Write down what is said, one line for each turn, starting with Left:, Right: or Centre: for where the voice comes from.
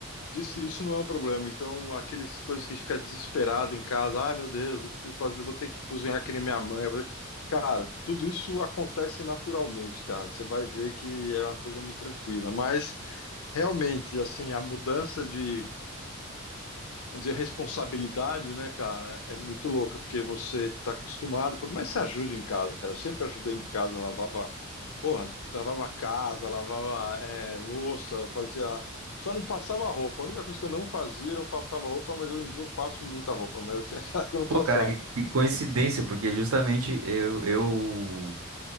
Left: isso, isso não é um problema. Então, aquelas coisas que a gente fica desesperado em casa, ai meu Deus, eu preciso fazer, vou ter que cozinhar que nem minha mãe. eu vou ter-". Cara, tudo isso acontece naturalmente, cara. Você vai ver que é uma coisa muito tranquila, mas realmente, assim, a mudança de vamos dizer, responsabilidade, né, cara, é muito louca, porque você está acostumado, por mais que você ajude em casa, cara, eu sempre ajudei em casa, lavava, porra, lavava casa, lavava é, louça, fazia. Só não passava roupa. A única coisa que eu não fazia, eu não passava roupa, mas hoje em dia eu passo muita roupa, mas assim, <laughs> aquela
Right: <laughs>
Left: que eu não
Right: Pô,
Left: passava.
Right: cara, que, que coincidência, porque justamente eu, eu